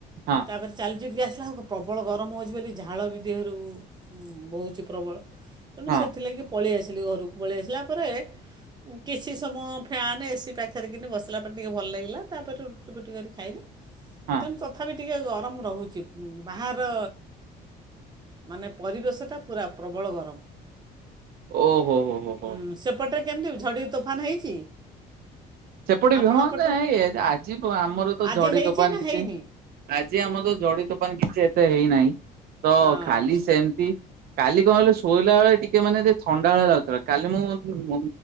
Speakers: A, on the right; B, on the right.
A: ହଁ।
B: ତାପରେ ଚାଲିଛିି ଆସିଲା ଆଉ ପ୍ରବଳ ଗରମ ହେଉଛି ବୋଲି ଝାଳ ବି ଦେହରୁ ବଉଛି ପ୍ରବଳ ତେଣୁ
A: ହଁ
B: ସେଥିଲାଗି ପଳେଇ ଆସିଲି ଘରକୁ ପଳେଇ ଆସିଲା ପରେ କିଛି ସମୟ ଫ୍ୟାନ୍ ଏସି ପାଖରେ କିିନି ବସିଲା ପରେ ଟିକେ ଭଲ ଲାଗିଲା ତାପରେ ରୁଟି ଫୁଟି କରି ଖାଇଲି
A: ହଁ
B: ତେଣୁ ତଥାପି ଟିକେ ଗରମ ରହୁଛି ବାହାର ମାନେ ପରିବେଶଟା ପୁରା ପ୍ରବଳ ଗରମ।
A: ଓ ହୋ ହୋ ହୋ ହୋ।
B: ହୁଁ ସେପଟରେ କେମିତି ଝଡ଼ି ତୋଫାନ ହେଇଛି।
A: ସେପଟେ
B: ଆପଣଙ୍କ
A: ବି ହଁ
B: ପଟରେ
A: ଏଇ ଆଜି ଆମର ତ
B: ଆଜି
A: ଝଡି
B: ହେଇଛି
A: ତୋଫାନ
B: ନା
A: କିଛି
B: ହେଇନି
A: ଆଜି ଆମର ତ ଜଡି ତୋପାନ କିଛି ଏତେ ହେଇନାହିଁ। ତ
B: ହଁ
A: ଖାଲି ସେମିତି କାଲି କଣ କିଲ ଶୋଇଲା ବେଳେ ଟିକେ ମାନେ ଟିକ ଥଣ୍ଡା ବେଳେଆ ଲାଗୁଥିଲା କାଲି ମୁଁ